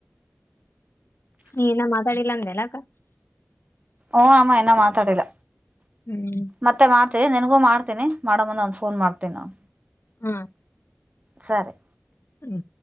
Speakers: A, on the left (about 65°); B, on the right (about 35°).
A: ಈ ಇನ್ ಮಾತಾಡಿಲ್ಲ ಅಂದೆಲ್ಲಕ್ಕ್.
B: ಓ ಅಮ್ಮಇನ್ ಮಾತಾಡಿಲ್ಲ
A: ಹ್ಮ್
B: ಮತ್ತೆ ಮಾ ಎ ನಿನಗೂ ಮಾಡ್ತಿನಿ ಮಾಡ ಮುಂದ ಒಂದ್ ಫೋನ್ ಮಾಡ್ತೀ ನ
A: ಹ
B: ಸರಿ.
A: ಹ್ಮ.